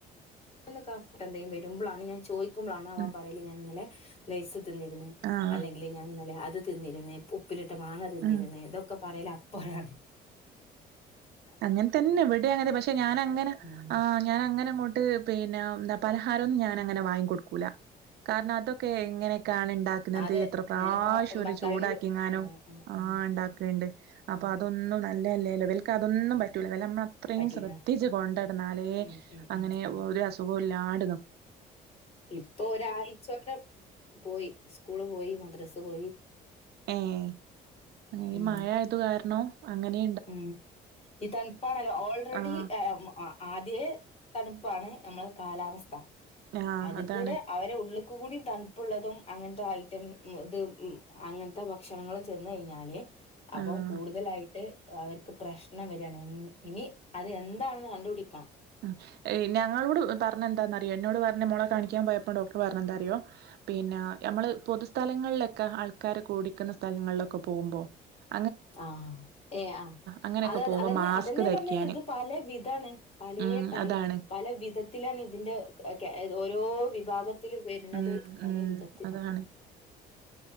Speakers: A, on the left; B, on the right.
A: <unintelligible> എന്തെങ്കും വരുമ്പളാണ് ഞാൻ ചോയി ക്കുമ്പളാണ് അവൻ
B: ഉം
A: പറയല് ഞാൻ ഇന്നലെ ലെയ്സ് തിന്നിരുന്ന്
B: ആഹ്
A: അല്ലെങ്കില് ഞാൻ ഇന്നലെ അ അത് തിന്നിരുന്നേ ഉപ്പിലിട്ട മാങ്ങ തിന്നിരുന്നേ
B: ഉം
A: ഇതൊക്കെ പറയലപ്പഴാണ് ആ
B: അങ്ങന തന്നാ ഇവിടെ അങ്ങനാ പക്ഷെ ഞാനങ്ങനെ
A: ഉം
B: ആ ഞാനങ്ങനെ ങ്ങോട്ട് പിന്നെ മ്എന്താപലഹാരൊന്നും ഞാൻ അങ്ങനെ വാങ്ങി കൊടുക്കൂല. കാരണം അതൊക്കെ എങ്ങനെക്കാണ് ഇണ്ടാക്കുന്നത്
A: അതെ
B: എത്ര പ്രാവ്ശ്യം
A: ഞാനിപ്പ
B: ഓര്
A: ഭർത്താവിനോട്
B: ചൂടാക്കിങ്ങാനോ.
A: ആഹ് ആഹ്
B: ആഹ.
A: ആഹ്
B: ഉണ്ടാക്ക്ണ്ട് അപ്പൊ
A: ആഹ്
B: അതൊന്നും നല്ലേ ലല്ലോ ഇവൽക് അതൊന്നും പറ്റൂല. ഇവലെ മ്മള് അത്രയും
A: പറ്റൂല
B: ശ്രദ്ധിച്ച് കൊണ്ടടന്നാലേ..
A: ഉം ഉം
B: അങ്ങനെ
A: ഉം അതെ
B: ഒരു അസുകൊ ഇല്ലാണ്ടു
A: ഇപ്പൊ ഒരാഴ്ചോരം പോയി. സ്കൂള് പോയി മദ്രസ് പോ
B: ഏ <unintelligible> ഈ
A: ഉം
B: മയായത് കാരണോ അങ്ങനി
A: ഉം <unintelligible> ഈ തൺപ്പാണല്ലോ ഓൾറെഡി
B: ആഹ്
A: എമ്. ആ ആദ്യേ തണുപ്പാണ് നമ്മളെ കാലാവസ്ഥ <inaudible>
B: ആഹ്
A: അത്
B: അതാണ്
A: കൂടെ അവരെ ഉള് കൂടിം തൺപ്പുള്ളതും അങ്ങൻത്തെ ഐറ്റം മ് ഇത് മ് അങ്ങനത്തെ ഭക്ഷണങ്ങൾ ചെന്ന് കൈഞ്ഞാൽ. അപം
B: ആഹ്
A: കൂടുതലായി ട്ട് അവർക്ക് പ്രശ്നം വരാണ് മ്. ഇനി അത് എന്താണെന്ന് കണ്ടുപിടിക്ക
B: ഉം എ ഞങ്ങളോട് പറഞ്ഞന്താന്ന്റിയോ എന്നോട് പർഞ്ഞ മോളെ കാണിക്കാൻ പോയപ്പോ ഡോ വർഞ്ഞെന്താറിയോ? ഹ് പിന്നെ. നമ്മള് പൊതുസ്ഥലങ്ങളിലൊക്കെ ആൾക്കാരെ കൂടിക്ക്ന്ന സ്ഥലങ്ങളിലൊക്കെ പോവുമ്പോ <inaudible>
A: ആഹ് ഏ ആഹ്
B: അങ്ങനെയൊക്കെ
A: അത്
B: പോകുമ്പോ
A: ത്‌ അതന്നെ
B: മാസ്ക്
A: അതെന്നെയെ
B: ധരിക്കാന്
A: പറഞ്ഞെ ഇത് പല വിധാണ്. പലേ
B: ഉം
A: ടൈ
B: അതാണ്
A: പല വിധത്തിലാണ് ഇതിന്റെ ഹ് കെ ഒ ഓരോ വിഭാഗ ത്തിൽ വര്ണത്
B: ഉം
A: പല
B: ഉം
A: വിധത്തിലാണ്.
B: അതാണ്